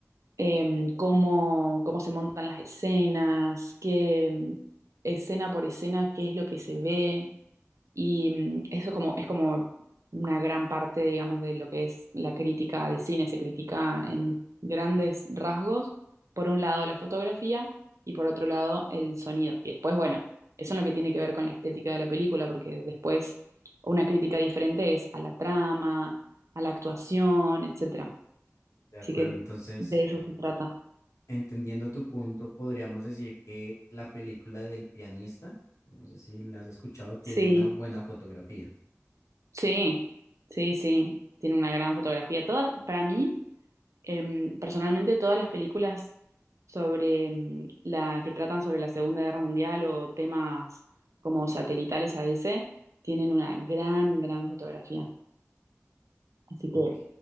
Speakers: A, on the right; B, on the left.
A: Em, cómo, cómo se montan las escenas, qué em, escena por escena, qué es lo que se ve. Y mm, eso como, es como una gran parte, digamos, de lo que es la crítica de cine. Se critica en grandes rasgos, por un lado la fotografía y por otro lado el sonido. Y después, bueno, eso es lo que tiene que ver con la estética de la película, porque después una crítica diferente es a la trama, a la actuación, etcétera.
B: De acuerdo,
A: Así que
B: entonces...
A: de eso se trata.
B: Entendiendo tu punto, podríamos decir que la película del pianista, no sé si la has escuchado, tiene
A: Sí,
B: una buena fotografía.
A: sí, sí, sí. Tiene una gran fotografía. Toda, para mí. Em, personalmente, todas las películas sobre em, la que tratan sobre la Segunda Guerra Mundial o temas como satelitales a ese tienen una gran, gran fotografía. Así
B: Ok,
A: que